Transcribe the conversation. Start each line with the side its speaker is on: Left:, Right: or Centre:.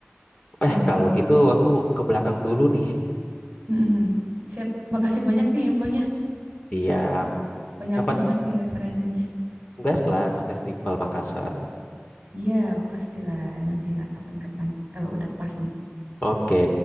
Left: Eh,
Right: Mm-mm,
Left: kalau gitu aku ke belakang dulu nih.
Right: mm-mm. Siap, makasih banyak nih infonya.
Left: Siap.
Right: Banyak
Left: Kapan
Right: banget nih referensinya.
Left: gas lah ke Festival Makassar.
Right: Iya, pastilah nantilah kapan-kapan kalau udah pas nih.
Left: Oke,